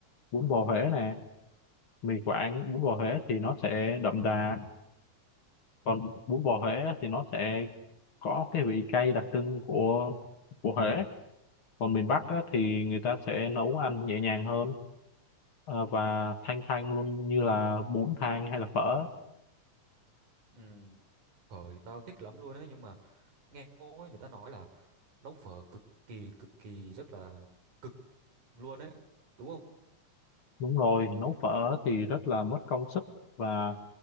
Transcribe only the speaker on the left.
bún bò Huế nè mì Quảng bún bò Huế thì nó sẽ đậm đà còn bún bò Huế thì nó sẽ có cái vị cay đặc trưng của của Huế còn miền Bắc á, thì người ta sẽ nấu ăn nhẹ nhàng hơn ờ, và thanh thanh luôn như là bún thang hay là phở
đúng rồi nấu phở thì rất là mất công sức và